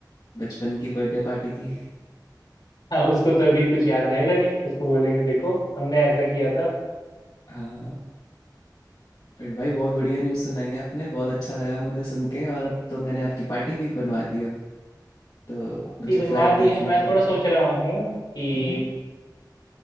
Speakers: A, on the left; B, on the left.
A: बचपन की बर्थडे पार्टी की
B: हाँ उसको तो अभी कुछ याद रहेगा नहीं उसको बोलेंगे देखो हमने ऐसा किया था
A: <laughs> हाँ फिर भाई बहुत बढ़िया न्यूज़ सुनाई आपने बहुत अच्छा लगा मुझे सुन के और अब तो मैंने आपकी पार्टी भी बनवा दी अब तो
B: पार्टी
A: मुझे
B: बनवा
A: फ्लाइट
B: दी
A: देखनी
B: है मैं
A: पड़ेगी
B: थोड़ा सोच रहा हूँ कि
A: हम्म